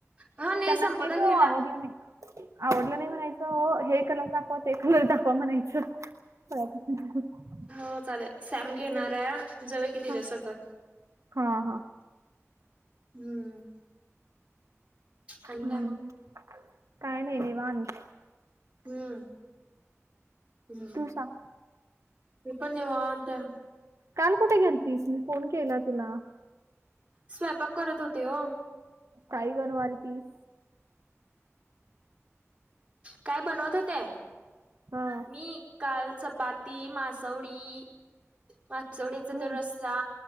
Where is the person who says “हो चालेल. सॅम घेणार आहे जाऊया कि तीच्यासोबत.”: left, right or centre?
Right